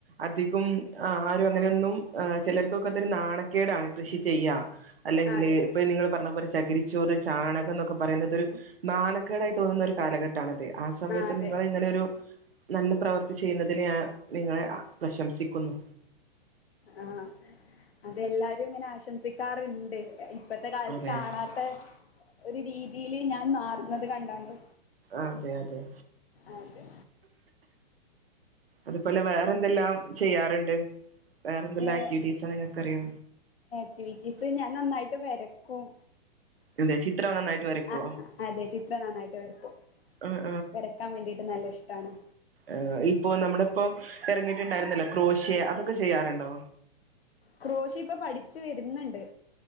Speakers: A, on the right; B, on the left.
A: അധികം ആ ആരും അങ്ങനെയൊന്നും ഏഹ് ചെലർക്കൊക്ക അതൊരു നാണക്കേടാണ് കൃഷിചെയ്യാ അല്ലെങ്കില്
B: ആഹ് അതെ ആഹ്
A: ഇപ്പ നിങ്ങള് പറഞ്ഞ പോലെ ചകിരിച്ചോറ്, ചാണകം, എന്നൊക്കെ പറയുന്നതൊരു നാണക്കേടായി തോന്നുന്നൊരു കാലഘട്ടാണ്ത് ആ സമയത്ത്
B: അതെ
A: നിങ്ങള് ഇങ്ങനൊരു നല്ല പ്രവർത്തി ചെയ്യുന്നതിന് ഞാൻ നിങ്ങളെ പ്രശംസിക്കുന്നു.
B: ആഹ് അതെല്ലാരും ഇങ്ങനെ ആശംസിക്കാറ്ണ്ട് ഇപ്പത്തെ കാലത്ത്
A: അതെ
B: കാണാത്ത ഒരു രീതിയില് ഞാൻ മാറുന്നത് കണ്ടാണ്ട്
A: അതെഅതെ
B: അതെ
A: അത്പോലവെ എന്തെല്ലാംചെയ്യാറുണ്ട് വേറെന്തെല്ലാംആക്ടിവിറ്റീസ്
B: വേ
A: നിങ്ങക്ക്റിയ
B: ആക്ടിവിറ്റീസ്ഞാൻനന്നായിട്ട് വെരക്കും
A: എന്താ ചിത്രം നന്നായിട്ട് വരക്കുവോ
B: ആഅതെചിത്രംനന്നായിട്ട് വരക്കും
A: ആഹ്
B: വെരക്കാൻവേണ്ടീട്ട്നല്ലഷ്ട്ടാണ്.
A: ഏഹ്ഇപ്പോൊനമ്മുടെപ്പോ ഇറങ്ങിയിട്ടുണ്ടായിരുന്നല്ലോ ക്രോഷ്യഅതൊക്കെചെയ്യാറുണ്ടോ?
B: ക്രോഷിപ്പൊപഠിച്ചുവരുന്നുണ്ട്.